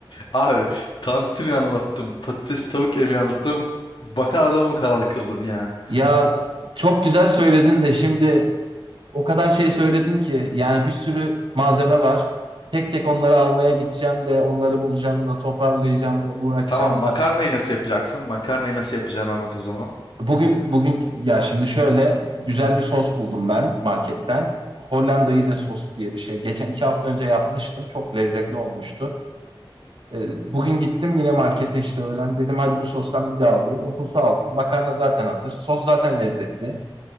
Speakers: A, on the left; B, on the right.
A: Abi tantuni anlattım, patates tavuk emi anlattım. Bakar adamı karar kıldın ya.
B: Ya çok güzel söyledin de şimdi O kadar şey söyledin ki yani bir sürü malzeme var. Tek tek onları almaya gideceğim de onları bulacağım da toparlayacağım da uğraşacağım
A: Tamam makarnayı
B: da.
A: nasıl yapacaksın? Makarnayı nasıl yapacağını anlat o zaman.
B: Bugün bugün ya şimdi şöyle güzel bir sos buldum ben marketten. Hollandaise sos diye bir şey. Geçen iki hafta önce yapmıştım. Çok lezzetli olmuştu. E, Bugün gittim yine markete işte öğlen. Dedim hadi bu sostan bir daha alayım. O sosu aldım. Makarna zaten hazır. Sos zaten lezzetli.